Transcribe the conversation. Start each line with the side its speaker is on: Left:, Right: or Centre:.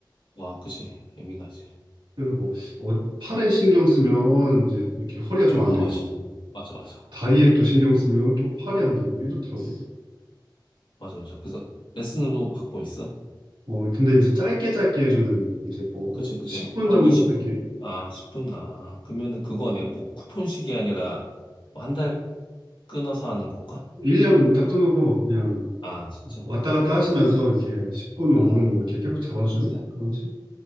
Left: 와, 그치. 예민하지.
Right: 그래서 뭐, 어, 팔에 신경 쓰면 이제 뭐 이렇게 허리가 좀 안
Left: 아,
Right: 되고,
Left: 맞아. 맞아, 맞아.
Right: 다리에 또 신경 쓰면 또 팔이 안 되고, 이렇더라고.
Left: 맞아, 맞아. 그래서 레슨도 받고 있어?
Right: 어, 근데 이제 짧게 짧게 해주는 이제 뭐,
Left: 그치, 그치.
Right: 10분
Left: 뭐한
Right: 정도?
Left: 20분?
Right: 이렇게.
Left: 아, 10분? 아, 그러면은 그거네. 뭐, 쿠폰식이 아니라, 뭐 한 달 끊어서 하는 건가?
Right: 1년 딱 끊어서 그냥
Left: 아, 진짜?
Right: 왔다 갔다
Left: 아,
Right: 하시면서 이렇게 10분, 5분
Left: 아,
Right: 뭐 이렇게 계속 잡아주는
Left: 진짜?
Right: 그런 식?